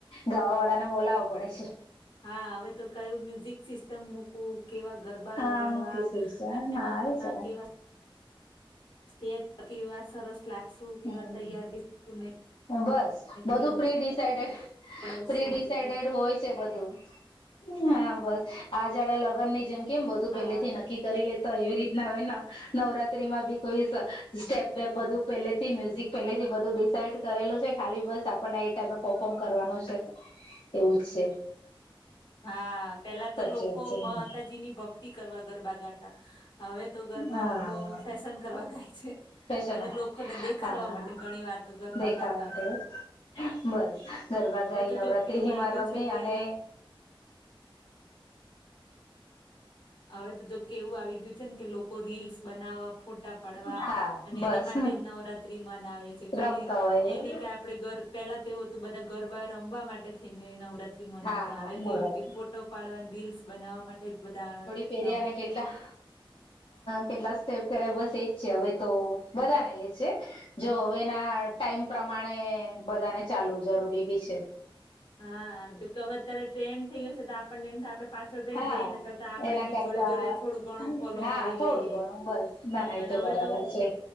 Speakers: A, on the left; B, on the left.
A: ગાવા વાળાને બોલાવવો પડે છે.
B: હા હવે તો કયું મ્યુઝિક સિસ્ટમ મૂકવું કેવા ગરબા
A: હા
B: વગાડવા
A: મૂકી સિસ્ટમ
B: અને એમાં
A: હા આવી છે ને
B: કેવા સ્ટેપ કેવા સરસ લાગશું કેવા
A: હમ
B: તૈયાર થઈશું ને
A: બસ બધું
B: કેવા
A: પ્રીિસડેડ
B: પડાવશું
A: પ્રીસાઈડેડ
B: થઈ ગયું
A: હોય છે બધું હા બસ આ જાડે લગ્ન ની જેમ કેમ બધું
B: હા
A: પેલેથી નક્કી કરી લેતો એવી રીતના હોય ને નવરાત્રી માં બી કોઈ સ્ટેપ બે બધું પે થી મ્યુઝિક પેલેથી બધું ડિસાાઈડ કરેલું છે ખાલી બસ આપણને એ ટાઈમે પફોર્મ કરવાનું છે. એવું છે.
B: હા પેલા
A: સાચી
B: તો લોકો
A: વાત છે
B: માતાજી ની ભક્તિ કરવા ગરબા ગાતા હવે તો ગરબા
A: હા
B: લોકો ફેશન કરવા ગાય છે.
A: ફેશન
B: અને લોકોને દેખાડવા
A: હા
B: માટે ઘણી વાર તો ગરભા
A: દેખાડા
B: ગાતા
A: માટે
B: હોય.
A: બસ ગરબા
B: હવે
A: ગાઈ
B: તો
A: નવરાત્રીમાં
B: જો કેવું આ ગયું
A: રમી
B: છે કે
A: અને
B: હવે તો જો કે એવું આવી ગયું છે ને કે લોકો રીલ્સ બનાવવા ફોટ પડવા
A: હા
B: અને
A: બસ
B: એની માટે જ નવરાત્રી મનાવે છે ખાલી
A: રમતા હોય
B: એ ન કે આપણેર પહેલા તેવું હતું બધા ગરબા રમવા માટે થઈને નવરાત્રી મનાવતા
A: હા
B: હવે
A: નવરાત્રી
B: તેવું કે ફો ો પાડવાની રિલ્સ બનાવવા માટે જ બધા
A: પ
B: નવ
A: અને કે કેલા કેટલા સ્ટેપ કરે બસ એજ છે હવે તો બધાને એજ છે. જો હવેના ટાઈમ પ્રમાણે બધાને ચાલવું જરૂરી બી છે.
B: હા જોકે હવે અત્યારે ટ્રેન્ડ થઈ હશે તો આપણને એમ થ આપડે પાછળ રહી
A: હા
B: જઈએ એના કરતા આપડે
A: એના
B: બી
A: કરતા
B: જોડે જોડે થોડું ઘણું ફોલો
A: હા
B: કરી
A: થોડું
B: લઈએ
A: ઘણું બસ ના ના એ
B: અને
A: તો
B: હવે
A: બરાબર છે.